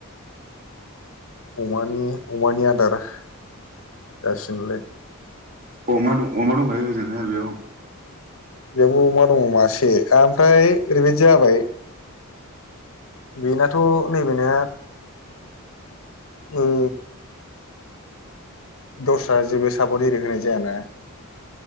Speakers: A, on the left; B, on the right.
A: अमानि अमानि आदार जासिगोनलाय।
B: अमा दं अमा दंखायो ओजोंहाय बेयाव?
A: बेयावबो अमा दङ मासे आमफ्राय ओरैबायदि जाबाय बेनाथ नैबेनिया ओ दस्रा जेबो सापट एरि होनाय जायाना